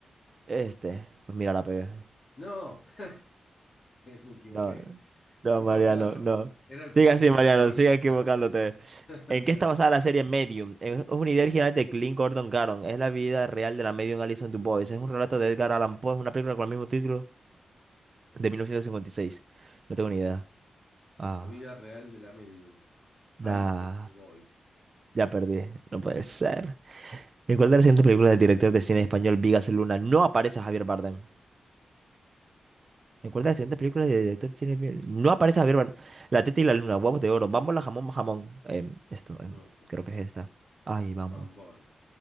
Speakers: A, on the right; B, on the left.
A: Este, pues mira, la pegué.
B: No, <laughs> me equivoqué.
A: No, no,
B: No,
A: Mariano,
B: claro,
A: no.
B: era el, pri-
A: Sigue así,
B: el
A: Mariano,
B: protagonista.
A: sigue equivocándote.
B: <laughs>
A: ¿En qué está basada la serie Medium? Es es una idea original de Clint Gordon Caron. Es la vida real de la medium Alison DuBois. Es un relato de Edgar Allan Poe. Es una película con el mismo título de 1956. No tengo ni idea. Ah,
B: La vida real de la medium.
A: nah,
B: Alison Boyce.
A: ya perdí. No puede ser. ¿En cuál de las siguientes películas del director de cine español Vigas Luna no aparece Javier Bardem? En cuenta de siguientes películas de director de cine bien- No aparece Javier Bardem. La teta y la luna, huevos de oro, bámbola, jamón, jamón. Em, esto, em,
B: No sé.
A: creo que es esta. Ay, bámbola.
B: Bambola.